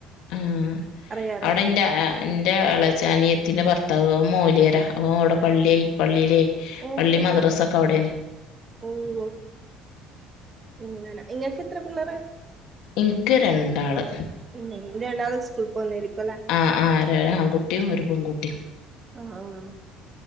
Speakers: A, on the left; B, on the right.
A: ഉം
B: അറിയാം അറിയാം
A: അവിടെന്റെ ആ എൻ്റെ എളച്ചി അനിയത്തിൻ്റെ ഭർത്താവ് മൊയ്‌ല്യരാ അവ അവിടെ പള്ളി പള്ളിയിലെ
B: ഓഹോ
A: പള്ളി മദ്രാസ ഒക്കെ അവിടെണ്
B: ഓഹ് അങ്ങനെ ഇങ്ങക്ക് എത്ര പിള്ളേര്
A: എനിക്ക് രണ്ടാള്
B: ഉം രണ്ടാള് സ്കൂൾ പോന്നേരിക്കും അല്ലേ
A: ആ ആ ഒരു ആൺകുട്ടിയും ഒരു പെൺകുട്ടിയും
B: ആഹ്